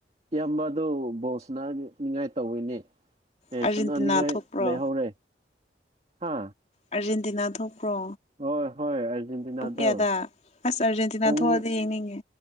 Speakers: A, on the right (about 35°); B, on the left (about 40°).
A: ꯏꯌꯥꯝꯕ ꯑꯗꯨ ꯕꯣꯜꯁꯅ ꯅꯤꯡꯉꯥꯏ ꯇꯧꯋꯤꯅꯦ ꯑꯦ
B: ꯑꯥꯔꯖꯦꯟꯇꯤꯅꯥ
A: ꯁꯅꯥ ꯅꯤꯡꯉꯥꯏ
B: ꯊꯣꯛꯄ꯭ꯔꯣ
A: ꯂꯩꯍꯧꯔꯦ ꯍꯥ
B: ꯑꯥꯔꯖꯦꯟꯇꯤꯅꯥ ꯊꯣꯛꯄ꯭ꯔꯣ
A: ꯍꯣꯏ ꯍꯣꯏ ꯑꯥꯔꯖꯦꯟꯇꯤꯅꯥꯗꯣ
B: ꯄꯨꯡ ꯀꯌꯥꯗ ꯑꯁ ꯑꯔꯖꯦꯟꯇꯤꯅꯥ
A: ꯄꯨꯡ
B: ꯊꯣꯛꯑꯗꯤ ꯌꯦꯡꯅꯤꯡꯉꯦ